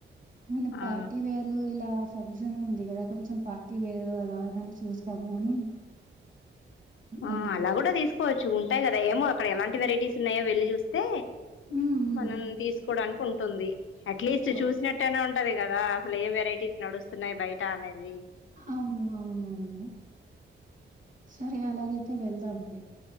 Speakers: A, on the right; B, on the left.
A: మీన్
B: ఆ
A: పార్టీ వేర్ ఇలా ఫంక్షన్ ఉంది కదా కొంచెం పార్టీ వేరు అలా ఏమైనా చూస్తద్దాము అని
B: ఆ
A: అందుకు.
B: అలా కూడా తీసుకోవచ్చు ఉంటాయి కదా ఏమో అక్కడ ఎలాంటి వెరైటీస్ ఉన్నాయో వెళ్లి చూస్తే
A: హ్మ్. హ్మ్.
B: మనం తీసుకోడానికి ఉంటుంది అట్లీస్ట్
A: ఓహ్!
B: చూసినట్టయినా ఉు ఉంటది కదా అసలు ఏం వెరైటీస్ నడుస్తున్నాయి బయట అనేది
A: అవును అవునఅవును సరే అలాగైతే వెళ్దాంలే